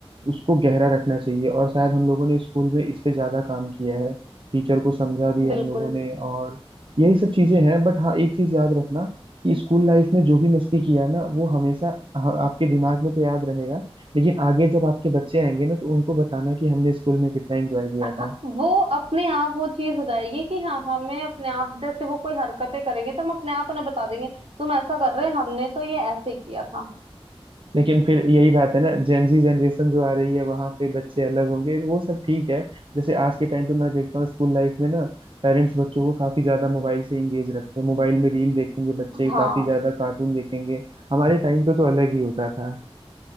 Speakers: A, on the right; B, on the right.
A: उसको गहरा रखना चाहिए और शायद हम लोगों ने स्कूल में इस पे ज्यादा काम किया है टीचर को समझा भी है
B: बिल्कुल
A: हम लोगों ने और यही सब चीजें हैं बट हाँ एक चीज याद रखना कि स्कूल लाइफ में जो भी मस्ती किया ना वो हमेशा ह- आपके दिमाग में तो याद रहेगा लेकिन आगे जब आपके बच्चे आएंगे ना तो उनको बताना कि हमने स्कूल में कितना एंजॉय किया
B: <laughs>
A: था
B: हाँ, वो अपने आप वो चीज हो जाएगी कि हाँ हमें अपने आप जैसे वो कोई हरकतें करेंगे तो हम अपने आप उन्हें बता देंगे तुम ऐसा कर रहे हैं हमने तो ये ऐसे किया था
A: लेकिन फिर यही बात है ना जेनजी जनरेशन जो आ रही है वहां पे बच्चे अलग होंगे वो सब ठीक है जैसे आज के टाइम पे मैं देखता हूँ स्कूल लाइफ में ना पेरेंट्स बच्चों को काफी ज्यादा मोबाइल से इंगेज रखते हैं मोबाइल में रील देखेंगे बच्चे
B: हाँ
A: काफी ज्यादा कार्टून देखेंगे हमारे टाइम पे तो अलग ही होता था